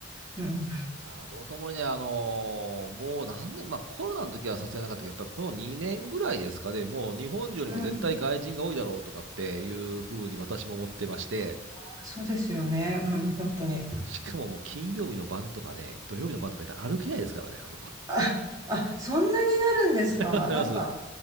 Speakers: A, on the right; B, on the right.
A: うん。
B: あー、どうともにね、あのーもう何年、まあコロナの時はさすがになかったけど、やっぱりこの2年ぐらいですかね、もう日本人よりも絶対外人が多いだろうとかっていうふうに私も思ってまして、
A: うん。あそうですよね。うん、本当に。
B: しかももう金曜日の晩とかね、土曜日の晩とか行ったら歩けないですからね、あそこ。
A: あ、
B: <laughs>
A: あ、そんなになるんですか。
B: わかります
A: なんか、